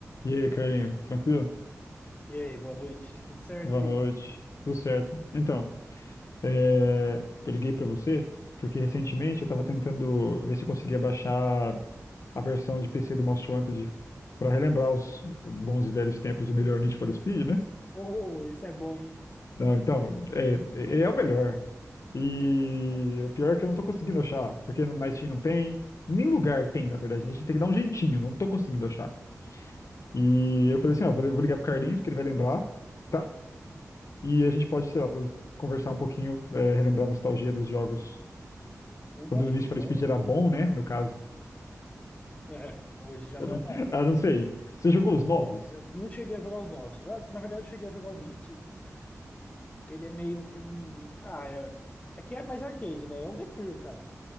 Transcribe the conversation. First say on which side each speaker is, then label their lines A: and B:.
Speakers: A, on the left; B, on the left.
A: E aí, Carlinho, tranquilo?
B: E aí, boa noite. Tudo certo
A: Boa
B: aí?
A: noite, tudo certo? Então, é, eu liguei pra você porque recentemente eu tava tentando ver se eu conseguia baixar a versão de PC do Most Wanted pra relembrar os bons e velhos tempos do melhor Need for Speed, né?
B: Oh, isso é bom, hein?
A: Não, então, é, é é o melhor. E
B: Não tem como, cara.
A: o pior é que eu não tô conseguindo achar, porque na Steam não tem, em nenhum lugar tem, na verdade. né? A gente tem que dar um jeitinho, não tô conseguindo achar. E eu falei assim, ó, vou, li- vou ligar pro Carlinhos, que ele vai lembrar. Tá, E a gente pode, sei lá, pos- conversar um pouquinho, é, relembrar a nostalgia dos jogos.
B: Uma
A: Quando
B: chorando.
A: o Need for Speed era bom, né? No caso.
B: É, hoje já
A: Eu
B: não
A: não,
B: é mais.
A: <laughs> eu não sei. Você jogou os novos?
B: Bom, eu não cheguei a jogar os novos. Eu, na verdade, eu cheguei a jogar o Hit. Ele é meio que um. Ah, é, é que é mais arcade, né? É um The Crew, cara.